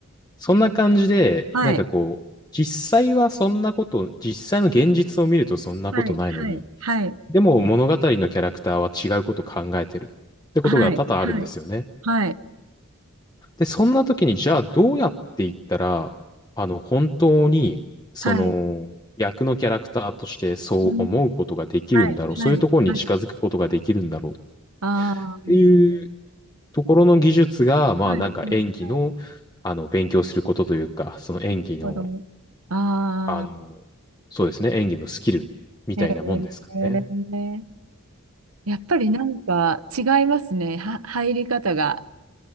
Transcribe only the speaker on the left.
そんな感じで、
なんかこう、実際はそんなこと、実際の現実を見るとそんなことないのに、
でも物語のキャラクターは違うことを考えてるってことが多々あるんですよね。
で、そんな時にじゃあどうやっていったら、あの、本当に、その、
役のキャラクターとしてそう思うことができるんだろう。
そういうところに近づくことができるんだろうっ
ていうところの技術が、まあなんか演技の、
あの、勉強することというか、その演技の、
あの、そうですね、演技のスキルみたいなもんですかね。